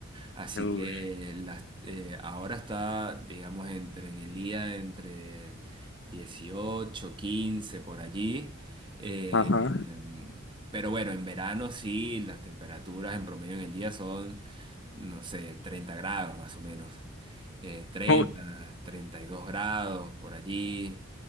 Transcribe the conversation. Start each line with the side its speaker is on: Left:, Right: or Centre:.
Right: Así
Left: Uy,
Right: que las- eh, ahora está, digamos, entre en el día, entre 18, 15, por allí. Eh,
Left: ajá. <laughs>
Right: em, pero bueno, en verano sí, las temperaturas en promedio en el día son, no sé, 30 grados más o menos. Eh, 30,
Left: Uy,
Right: 32 grados por allí.